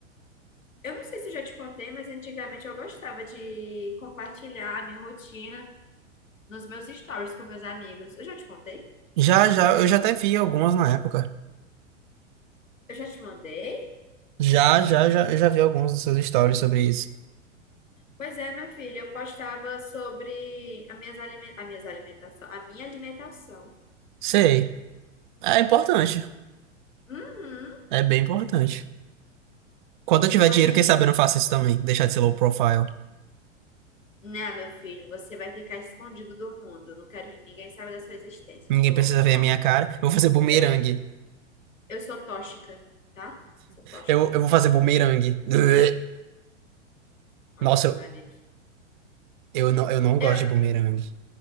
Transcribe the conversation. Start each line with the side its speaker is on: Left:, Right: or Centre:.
Left: Eu não sei se eu já te contei, mas antigamente eu gostava de compartilhar a minha rotina nos meus stories com meus amigos. Eu já te contei?
Right: Já, já, eu já até vi algumas na época.
Left: Eu já te mandei?
Right: Já, já, já, eu já vi alguns dos seus stories sobre isso.
Left: Pois é, meu filho, eu postava sobre as minhas, alime... as minhas alimentação, a minha alimentação.
Right: Sei. É importante.
Left: Uhum.
Right: É bem importante. Quando eu tiver
Left: Aí,
Right: dinheiro, quem sabe eu não faço isso também. Deixar de ser low profile.
Left: né, meu filho, você vai ficar escondido do mundo. Não quero que ninguém saiba da sua existência.
Right: Ninguém
Left: Eu Sou,
Right: precisa
Left: sou
Right: ver
Left: pobre.
Right: a minha cara. Eu vou fazer bumerangue.
Left: Eu, eu sou tóxica, tá? Sou tóxica.
Right: Eu, eu vou fazer bumerangue. <laughs> Ugh.
Left: Ave
Right: Nossa,
Left: Maria aqui.
Right: eu, eu não, eu não gosto
Left: Eu,
Right: de bumerangue.